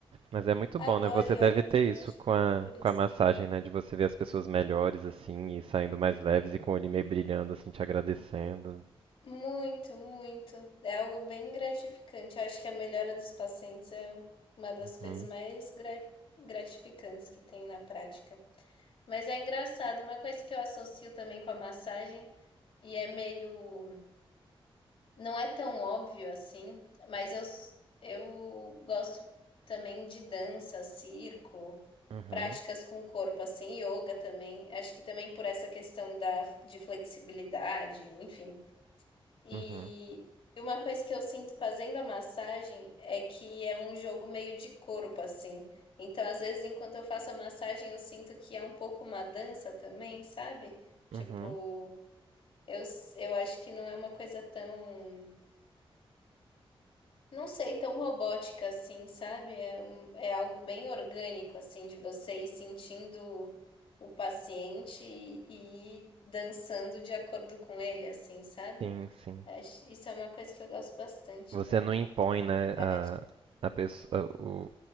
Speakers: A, on the right; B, on the left.
A: Mas é muito
B: Adoro
A: bom, né? Você
B: yoga
A: deve ter
B: também,
A: isso
B: acho
A: com
B: que
A: a,
B: por isso.
A: com a massagem, né? De você ver as pessoas melhores, assim, e saindo mais leves e com o olho meio brilhando, assim, te agradecendo.
B: Muito, muito. É algo bem gratificante. Eu acho que a melhora dos pacientes é uma das coisas
A: Uhum.
B: mais gra- gratificantes que tem na prática. Mas é engraçado, uma coisa que eu associo também com a massagem, e é meio. Não é tão óbvio assim, mas eu, eu gosto também de dança, circo,
A: Uhum,
B: práticas com o corpo, assim, yoga também. Acho que também por essa questão da, de flexibilidade, enfim. E
A: uhum,
B: e uma coisa que eu sinto fazendo a massagem é que é um jogo meio de corpo, assim. Então, às vezes, enquanto eu faço a massagem, eu sinto que é um pouco uma dança também, sabe? Tipo,
A: uhum.
B: eu, s- eu acho que não é uma coisa tão, não sei, tão robótica assim, sabe? É, um- é algo bem orgânico, assim, de você ir sentindo o paciente e, e ir dançando de acordo com ele, assim, sabe?
A: Sim, sim.
B: Acho, isso é uma coisa que eu gosto bastante,
A: Você
B: né?
A: não impõe, né,
B: Acho
A: a,
B: que
A: a pessoa, o,